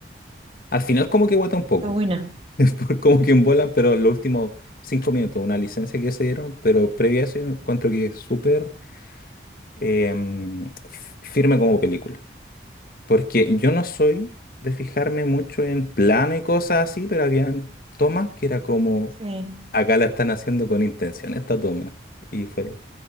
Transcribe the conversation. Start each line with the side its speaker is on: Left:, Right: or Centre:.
Left: Al final como que guata un poco,
Right: Está buena.
Left: <laughs> es por- como que envuelan, pero los últimos cinco minutos, una licencia que se dieron, pero previa a eso yo encuentro que es súper em, f- firme como película. Porque yo no soy de fijarme mucho en plano y cosas así, pero había tomas que era como,
Right: Sí.
Left: acá la están haciendo con intención esta toma. Y fue,